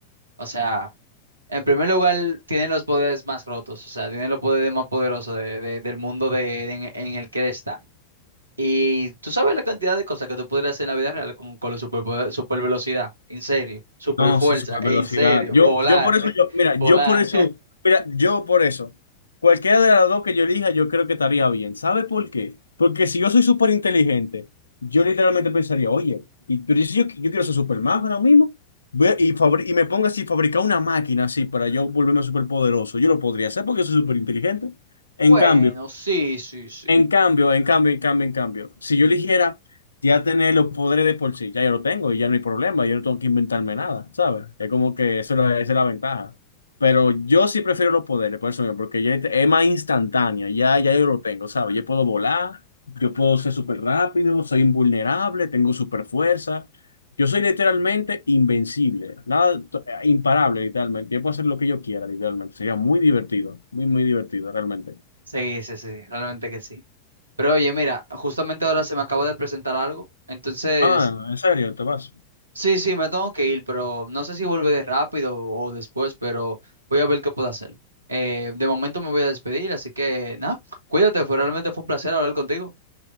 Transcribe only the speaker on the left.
No,
sí, super
velocidad.
Yo,
yo por eso,
yo, mira,
yo por eso, mira, yo por eso. Cualquiera de las dos que yo elija, yo creo que estaría bien. ¿Sabe por qué? Porque si yo soy súper inteligente, yo literalmente pensaría, oye, y, pero si yo, yo quiero ser Superman ahora mismo, voy a- y, fabri- y me ponga así, fabricar una máquina así para yo volverme súper poderoso, yo lo podría hacer porque soy súper inteligente.
En cambio,
en cambio, en cambio, en cambio, en cambio, si yo eligiera ya tener los poderes de por sí, ya yo lo tengo y ya no hay problema, yo no tengo que inventarme nada, ¿sabes? Es como que eso es la- esa es la ventaja. Pero yo sí prefiero los poderes, por eso mismo, porque ya es es más instantáneo, ya, ya yo lo tengo, ¿sabes? Yo puedo volar, yo puedo ser súper rápido, soy invulnerable, tengo súper fuerza. Yo soy literalmente invencible, nada, to- eh, imparable, literalmente. Yo puedo hacer lo que yo quiera, literalmente. Sería muy divertido, muy, muy divertido, realmente.
Ah, ¿en serio? ¿Te vas?